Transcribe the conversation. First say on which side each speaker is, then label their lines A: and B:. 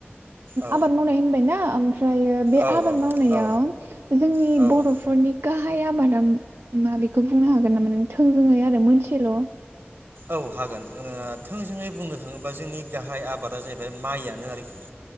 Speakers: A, on the right; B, on the right.
A: औ
B: आबाद मावनाय होनबायना आम फ्रायो बे
A: औ
B: आबाद मावनायाव
A: औ
B: जोंनि
A: औ
B: बर'फोरनि गाहा हाय आबादा मा बेखौ बुंनो हागोन नामा नों थोंजोङै आरो मोनसेल'
A: औ हागोन जोङो थोंजोङै बुंनो थाङोब्ला जोंनि गाहाय आबादा जाहैबाय माइयानो आरोखि